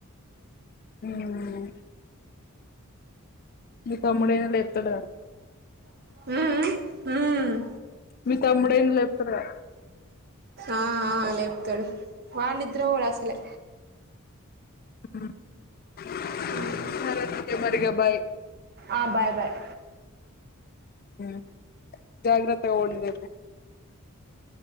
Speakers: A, on the left (about 45°); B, on the right (about 45°).
A: ఉమ్ మీ తమ్ముడైన లేపుతాడు గా
B: నిద్రపోడు
A: మీ తమ్ముడైన లేపుతాడు గా
B: ఆ ఆ లేేప్తడు వాడు నిద్ర పోడు అసలే
A: ఉమ్
B: ఉ
A: సరే సరే మరి ఇగ బాయ్
B: ఆ బాయ్ బాయ్
A: ఉ జాగ్రత్తగా పోండి మరి